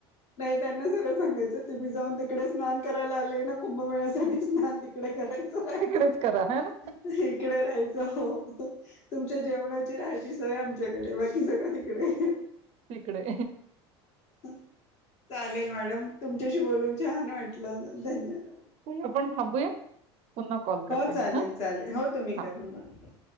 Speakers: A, on the left (about 55°); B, on the right (about 50°).
A: नाही त्यांना सरळ सांगायचं तुम्ही जाऊन तिकडे स्नान करायला आलेय ना. कुंभमेळ्यासाठी स्नान तिकडे करायचं
B: तिकडेच करा
A: <unintelligible>
B: है ना
A: इकडे राहायचं हो. हो. तुमच्या जेवणाची रायची- - सोय आमच्याकडे बाकी सगळं तिकडे.
B: तिकडे.
A: हम. चालेल मॅडम तुमच्याशी बोलून छान वाटलं. धन्यवाद.
B: हो आपण थांबूया. पुन्हा कॉल करते
A: हो चालेल
B: मी हा
A: चालेल. हो तुम्ही
B: हा
A: करून बघा.